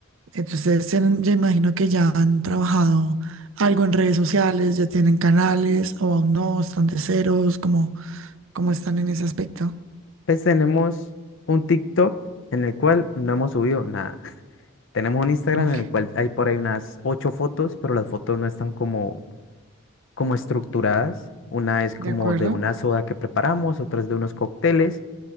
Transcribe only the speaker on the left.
Pues tenemos un TikTok en el cual no hemos subido nada. <laughs> Tenemos un Instagram
en el cual hay por ahí unas ocho fotos, pero las fotos no están como, como estructuradas. Una es como
de una soda que preparamos, otra es de unos cócteles